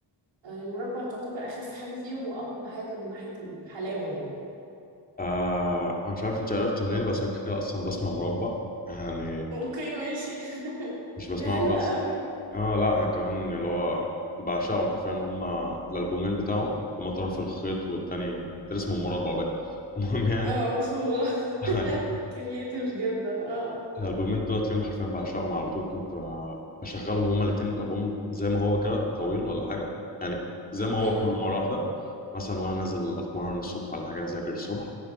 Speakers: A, on the right; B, on the left.
A: آه، المربى تعتبر اخف حاجه فيهم واقوى حاجه من ناحيه الحلاوه يعني
B: آه انا مش عارف انت عرفت منين بس انا كده كده اصلا بسمع مربع يعني
A: اوكي ماشي <laughs>
B: مش بسمعهم
A: دي حلوه
B: بس
A: قوي
B: اه لا انا كمان اللي هو بعشقهم حرفيا هم الالبومين بتاعهم هما طرف الخيط والتاني كان اسمه مربع بقى المهم يعني
A: اه صورة
B: <laughs> أيوه.
A: كرييتيف <laughs> جدا اه
B: الالبومين دلوقتي اليوم حرفيا بعشقهم على طول كنت ب- بشغلهم هما الاتنين الالبوم زي ما هو كده طويل ولا حاجه يعني زي ما
A: مم.
B: هو كله مره واحده مثلا وانا نازل اتمرن الصبح ولا حاجه اذاكر الصبح